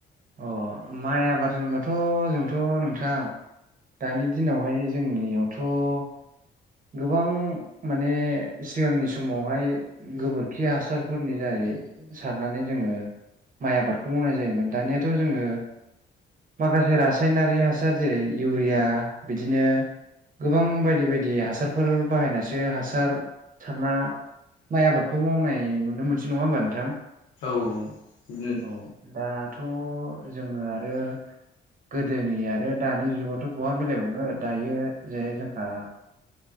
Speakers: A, on the right; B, on the left.
A: अ माइ आबाद होनोबाथ' जोंथ' नोंथां दानि दिनावहाय जोंनियावथ' गोबां माने सिगांनि समावहाय गोबोरखि हासारफोरनि जारै सारनानै जोङो माइ आबादखौ मावनाय जायोमोन दानियाथ' जोङो माखासे रासायनारि हासार जेरै इउरिया बिदिनो गोबां बायदि बायदि हासारफोर बाहायनासो हासार सारना माइ आबादखौ मावनाय नुनो मोनसै नङा होमबा नोंथां
B: औ बुं <unintelligible>
A: औ दाथ' जोङो आरो गोदोनि आरो दानि जुगावथ' बहा मिलायबावनो दायो जे जोंहा